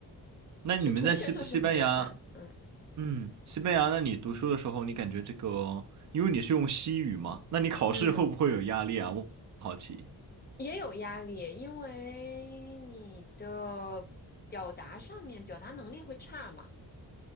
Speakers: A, on the right; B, on the left.
A: 那你们在西西班牙？
B: 就同学都是很友善。嗯
A: 嗯，西班牙，那你读书的时候，你感觉这个，因为你是用西语嘛，那你考试会不会有压力啊？
B: 嗯，
A: 我好奇。
B: 也有压力，因为你的表达上面表达能力会差嘛。